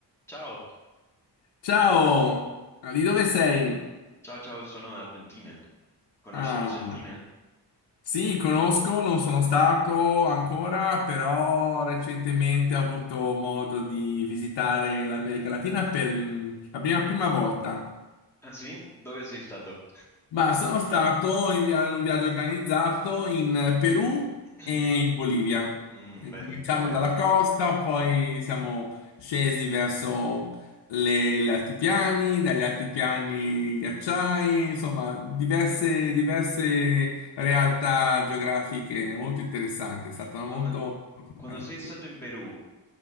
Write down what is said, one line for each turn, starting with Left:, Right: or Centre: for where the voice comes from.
Centre: Ciao,
Left: Ciao, Ah, di dove sei?
Centre: ciao, ciao, sono Argentina. Conosci
Left: Ah,
Centre: Argentina?
Left: sì, conosco, non sono stato ancora, però recentemente ho avuto modo di visitare l'America Latina per il- la prima, prima volta.
Centre: Ah sì? Dove sei stato?
Left: Bah, sono stato in, via- in un viaggio organizzato in Perù
Centre: <clears throat>
Left: e in Bolivia,
Centre: Mm,
Left: E
Centre: belli
Left: cominciando
Centre: quelli.
Left: dalla costa, poi siamo scesi verso le- gli altipiani, dagli altipiani ghiacciai, insomma, diverse, diverse realtà geografiche molto interessanti, è stato
Centre: Quando,
Left: molto molto
Centre: quando
Left: bello,
Centre: sei
Left: sì.
Centre: stato in Perù,